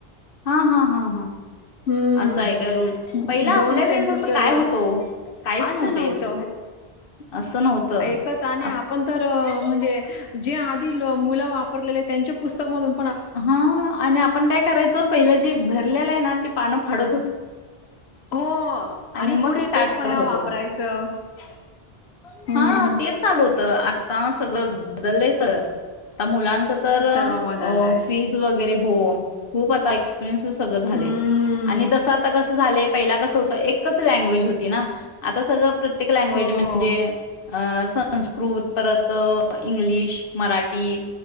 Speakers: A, on the left (about 60°); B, on the left (about 80°).
A: हा हा हा हा
B: ह्
A: असा आहे का रूल. पहिला
B: दोन
A: आपल्या
B: सेमिटरला
A: वेळेस असं काय होतं ओ? काहीच
B: असं
A: नव्हते
B: नव्हत
A: असं नव्हतं.
B: एकच आणि
A: आप
B: आपण तर म्हणजे जे मुलं वापरलेले त्यांच्या पुस्तक मधून
A: हा आणि आपण काय करायचं पहिलं जे भरलेलं आहे ना ते पानं फाडत होत
B: हो आणि
A: मग
B: पुढे
A: स्टार्ट
B: तेच व
A: करत
B: ह्या
A: होतो.
B: वापरायच हम्
A: हा
B: हम् हम्
A: तेच चालू आता सगळं बदललंय सगळं आ मुलां तर
B: सर्व बदललंय
A: अ् फीज वगैरे हो खूप आता एक्स् चेंज झालय
B: हम्म.
A: आणि तसं आता कसं झालय पहिला कसं होत एकच लॅंग्वेज होती ना आता सगळं प्र् प्रत्येक लँग्वेज
B: हो
A: म्हणजे अ संस्कृत, परत इंग्लिश, मराठी,